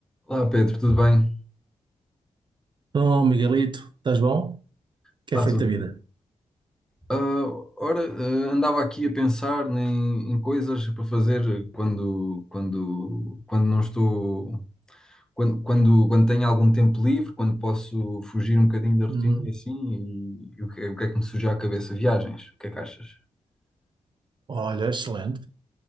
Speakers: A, in the centre; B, on the right.
A: Olá Pedro, tudo bem?
B: Oh, Miguelito, estás bom?
A: Está
B: Que é feito
A: tudo
B: da
A: bem.
B: vida?
A: Ah, ora, ah, andava aqui a pensar em, em coisas para fazer quando, quando, quando não estou, quando, quando, quando tenho algum tempo livre, quando posso fugir um bocadinho da rotina
B: Hum,
A: e assim, e, e o que, é o que é que me surgiu à cabeça? Viagens, o que é que achas?
B: Olha, excelente.